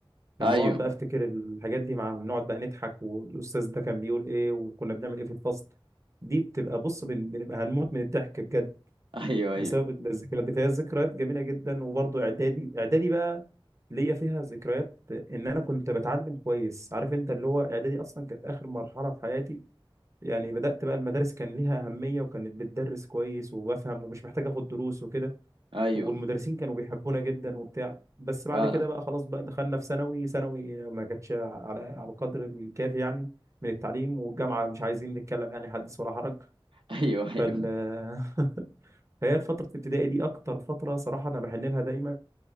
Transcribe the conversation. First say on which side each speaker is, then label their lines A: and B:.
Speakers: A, on the right; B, on the right.
A: لما
B: ايوه
A: بقعد بقى أفتكر الحاجات دي معاهم نقعد بقى نضحك والأستاذ ده كان بيقول إيه وكنا بنعمل إيه في الفصل دي بتبقى بص بن- بنبقى هنموت من الضحك بجد
B: ايوه ايوه
A: بسبب الذكريات دي فهي ذكريات جميله جدا وبرضه اعدادي اعدادي بقى ليا فيها ذكريات ان انا كنت بتعلم كويس عارف انت اللي هو اعدادي اصلا كانت اخر مرحله في حياتي يعني بدات بقى المدارس كان ليها اهميه وكانت بتدرس كويس وبفهم ومش محتاج اخد دروس وكده
B: ايوه
A: والمدرسين كانوا بيحبونا جدا وبتاع بس بعد
B: فعلا
A: كده بقى خلاص بقى دخلنا في ثانوي ثانوي ما كانتش على على القدر الكافي يعني من التعليم والجامعه مش عايزين نتكلم يعني حدث ولا حرج
B: ايوه ايوه
A: فال <laughs> فهي فترة ابتدائي دي أكتر فترة صراحة أنا بحن لها دايما